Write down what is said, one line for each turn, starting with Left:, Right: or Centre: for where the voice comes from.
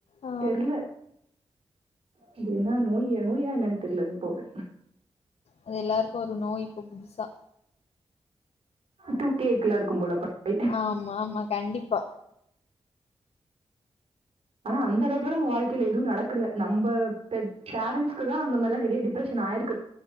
Left: ஆ
Right: தெரியல அது என்ன நோய் நோய்ய என்னென் தெரிய அது போது
Left: அது எல்லாருக்கு ஒரு நோய் இப்ப புதுசா
Right: டூகேக்ல்லா இருக்கு போல படங்கள்.
Left: ஆமா ஆமா கண்டிப்பா
Right: ஆனா அந்த அளவுக்குல்லா நம்ம வாழ்க்கைல எதுவு நடக்கல நம் ரொம்ப பெ பேரண்ட்ஸ்குதா அந்த மாரி இல்ல நெறைய டிப்ரஷன் ஆயிருக்